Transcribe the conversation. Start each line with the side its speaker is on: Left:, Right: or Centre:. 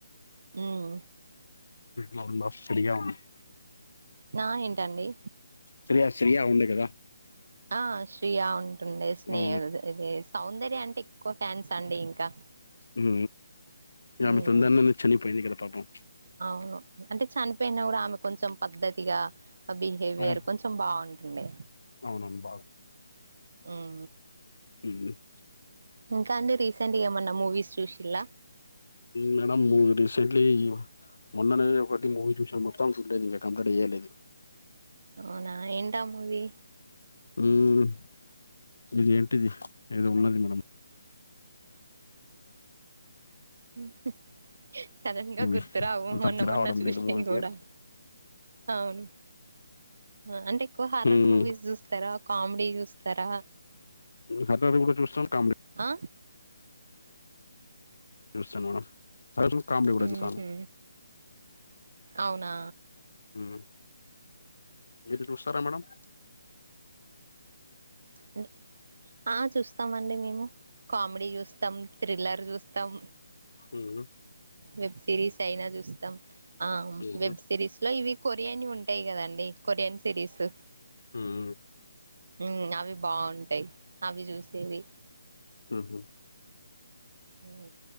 Right: ఉం
Left: రబ ఫ్రీయా ఉన్నా <unintelligible>
Right: నా ఏంటండి
Left: శ్రేయ శ్రేయ ఉండే కదా
Right: ఆ శ్రేయ ఉంటుండే స్నేహ
Left: ఆ
Right: ఇది సౌందర్య అంటే ఎక్కువ ఫ్యాన్స్ అండి ఇంకా
Left: ఉం
Right: ఉమ్
Left: ఆమె తొందారలోనే చనిపోయింది కద పాపం
Right: అవును అంటే చనిపోయినా కూడా ఆమె కొంచెం పద్ధతిగా బిహేవియర్
Left: అవును
Right: కొంచెం బాగుంటుండే
Left: అవునవును
Right: ఉం
Left: అ <unintelligible>
Right: ఇంకా అండి రీసెంట్గా ఏమన్నా మూవీస్ చూసిలా
Left: మేడం రిసెంట్లీ <unintelligible> మొన్ననే ఒకటి మూవీ చూసా మొత్తం చూలేదు ఇంకా కంప్లీట్ చేయలేదు
Right: అవునా ఎంటా మూవి
Left: ఉం ఇది ఏంటిది ఏదో ఉన్నది మేడమ్
Right: <unintelligible> సడన్ గా
Left: మూవీ
Right: గుర్తురావు
Left: అంత
Right: మొన్న
Left: అద్ది
Right: మొన్న
Left: రావడం
Right: చూసినాయి
Left: లేదు మూవీ
Right: కూడా
Left: పేరు
Right: అవును ఆ అంటే ఎక్కువ హర్రర్
Left: మ్మ్,
Right: మూవీస్ చూస్తారా కామెడీ చూస్తారా
Left: హారర్ కూడా చేస్తం కామెడీ
Right: ఆ
Left: చూస్తాను మేడం అ కామెడీ కూడాస్తాను
Right: ఉహు
Left: <unintelligible> <unintelligible>
Right: అవునా
Left: ఉం మీరు చూస్తారా మేడమ్
Right: అ <unintelligible> ఆ చూస్తామ్ అండి మేము కామెడీ చూస్తాం థ్రిల్లర్ చూస్తాం
Left: ఉం
Right: వెబ్ సిరీస్ అయినా చూస్తాం ఆ
Left: మ్మ్.
Right: వెబ్ సిరీస్ లో ఇవి కొరియన్వి ఉంటాయి కదండి కొరియన్ సిరీస్
Left: ఉమ్
Right: ఉం అవి బాగుంటాయి అవి చూసేవి
Left: ఉహు
Right: ఉం